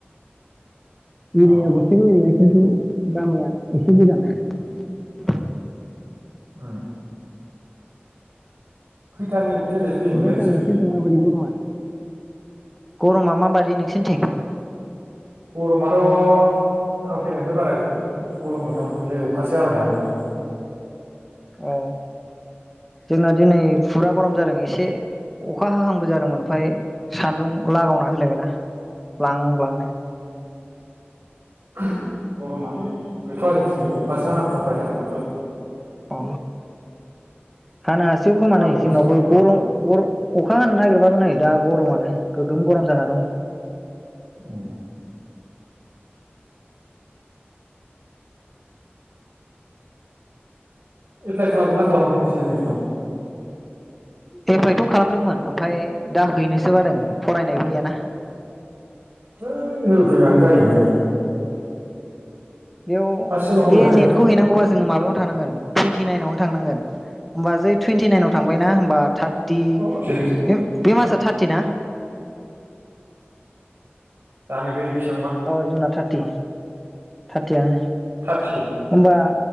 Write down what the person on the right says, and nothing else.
अ
ओम। खैथानि। ट्रेनजों फैयोमोनलाय
नोंसोरो
गरमाथ आं फैनायनिफ्राय बारा गरम मोनथवाखैमोनलै अखासो जाबाय थादों ना।
<unintelligible> गरमालाइ गैथ'आ जोंथि अखासो <unintelligible> थादोंमोन दहाय।
दा
हाबावगोनसो
नामाथाय हराव
उम। एप्लाइ खालामदोंना खालामाखै नोंसोरलाय नेटखौ?
है होफैबानो जायो माथो।
फार्स्ट सेमाव होगोना
होआखै
अ सिरिस
जानो दे बिसे
थार्टि